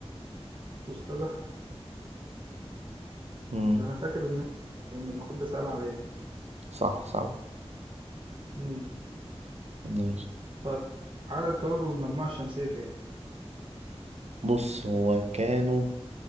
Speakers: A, on the right; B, on the right.
A: قوس قزح
B: مم.
A: انا فاكر ان إحنا كنا بناخد ده سبعة باين
B: صح صح
A: امم
B: ماشي
A: طيب عدد كواكب المجموعة الشمسية كام
B: بص هو كانوا